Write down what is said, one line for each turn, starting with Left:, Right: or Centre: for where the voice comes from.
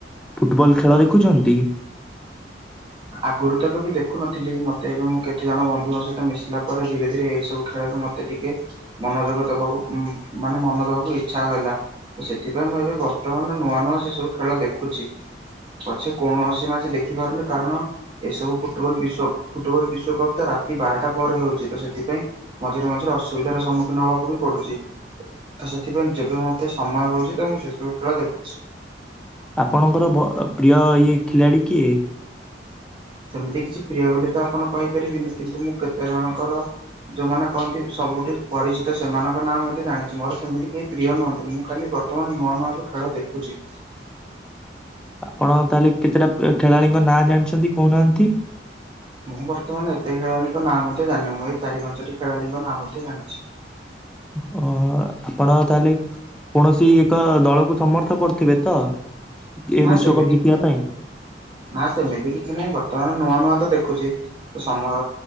Centre: ଫୁଟବଲ ଖେଳ ଦେଖୁଛନ୍ତି?
Right: ଆଗରୁ ତକୁ ବି ଦେଖୁନଥିଲି ।ମତେ ଏବେ, ମୁଁ କେତେ ଜଣ ବନ୍ଧୁଙ୍କ ସହିତ ମିଶିଲା ପରେ ।ଧୀରେ ଧୀରେ ଏ ସବୁ ଖେଳରେ ମତେ ମତେ ଟିକେ, ମନୋଯୋଗ ଦବାକୁ ମାନେ ମନ ଦବାକୁ ଇଛା ହେଲା। ଓ ।ସେଥିପାଇଁ, ମୁଁ ଏବେ ବର୍ତ୍ତମାନର ନୂଆ ନୂଆ ସେସବୁ ଖେଳ ଦେଖୁଛି। ପଛେ କୌଣସି ମାଛ ଦେଖି ପାରୁନି। କାରଣ ଏସବୁ ଫୁଟବଲ, ବିଶ୍ ଫୁଟବଲ ବିଶ୍ଵକପ୍ ତ ରାତି ବାରଟା ପରେ ହଉଛି। ତ ସେଥିପାଇଁ ମଝିରେ, ମଝିରେ, ଅସୁବିଧାର ସମ୍ମୁଖୀନ ହବାକୁ ବି ପଡୁଛି। ତ ସେଥିପାଇଁ, ଯେବେ ମୋତେ ସମୟ ହେଉଛି, ତ ମୁଁ ସେସବୁ ଖେଳ ଦେଖୁଛି।
Centre: ଆପଣଙ୍କର ପ୍ରିୟ, ଇଏ ଖିଲାଡି କିଏ?
Right: ସେମିତି କିଛି ପ୍ରିୟ ବୋଲି ତ ଆପଣ କହିପାରିବିନି ।କିନ୍ତୁ ମୁଁ କେତେ ଜଣଙ୍କର ଯୋଉମାନେ କହନ୍ତି, ସବୁ ଗୋଟେ ପରିଚିତ ସେମାନଙ୍କ ନାଁ ମଧ୍ୟ ଜାଣିଛି ।ମୋ ସେମତି କେହି ପ୍ରିୟ ନୁହନ୍ତି। ମୁଁ ଖାଲି ବର୍ତ୍ତମାନ ନୂଆ ନୂଆ ବି ଖେଳ ଦେଖୁଛି।
Centre: <inaudible> ତାହେଲେ କେତେଟା ଖେଳାଳିଙ୍କ ନାଁ ଜାଣିଛନ୍ତି, କହୁନାହାନ୍ତି?
Right: ମୁଁ ବର୍ତ୍ତମାନ ଏତେ ଖେଳାଳିଙ୍କ ନାଁ ମଧ୍ୟ ଜାଣିନି ।ମୁଁ ଏଇ ଚାରି ପାଞ୍ଚଟି ଖେଳାଳିଙ୍କ ନାଁ ମଧ୍ୟ ଜାଣିଛି।
Centre: <inaudible> ଅ। ଆପଣ ତାହେଲେ, କୌଣସି ଏକ ଦଳକୁ ସମର୍ଥ କରୁଥିବେ ତ? ଏ
Right: ନା।
Centre: ବିଶ୍ଵକପ୍
Right: ସେମିତି
Centre: ଜିତିବା
Right: କିଛି
Centre: ପାଇଁ?
Right: ନା, ସେମିତି କିଛି ନାହିଁ। ବର୍ତ୍ତମାନ ନୂଆ ନୂଆ ତ ଦେଖୁଛି। ତ ସମୟ